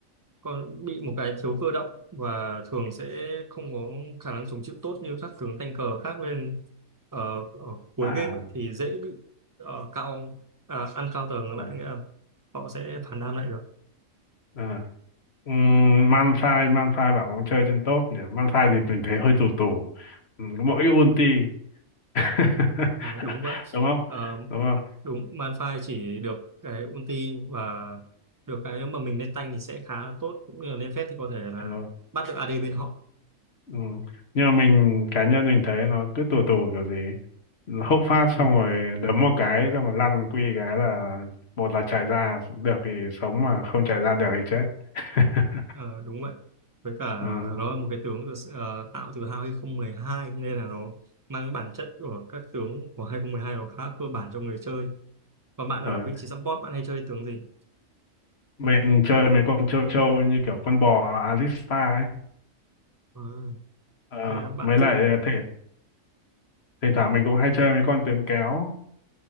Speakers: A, on the right; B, on the left.
A: con bị một cái thiếu cơ động và thường sẽ không có khả năng chống chịu tốt như các tướng tank cờ khác lên ờ, ở cuối
B: À,
A: game ấy, thì dễ bị uh, cao à, ăn cao tầng
B: ừ.
A: lại nghĩa là họ sẽ phản đam lại được
B: à. Ừ, Malphite, Malphite bảo không chơi trên top nhỉ. Malphite thì mình thấy hơi tù tù. Ừ, mỗi ulti. <laughs>
A: Ờ, đúng vậy
B: Đúng không?
A: Ờ,
B: Đúng không?
A: đúng Malphite chỉ được cái ulti và được cái mà mình lên tank thì sẽ khá là tốt cũng như là lên phép thì có thể là
B: Ừ.
A: bắt được AD bên họ
B: Ừ. Nhưng mà mình cá nhân mình thấy nó cứ tù tù kiểu gì hốc phát
A: Ừ.
B: xong rồi đấm một cái xong rồi lăn quy cái là một là chạy ra được thì sống mà không chạy ra được thì chết <laughs>
A: Ờ, đúng vậy. Với cả
B: ừ.
A: nó là một cái tướng được ờ, tạo từ 2012 nên là nó mang bản chất của các tướng của hai không một hai nó khá cơ bản cho người chơi. Còn bạn
B: ờ.
A: ở vị trí support bạn hay chơi tướng gì?
B: Mình chơi mấy con châu châu như kiểu con bò Alista ấy
A: Ờ,
B: Ờ,
A: thế là bạn
B: mới
A: thích
B: lại thể thỉnh thoảng mình cũng hay chơi mấy con tướng kéo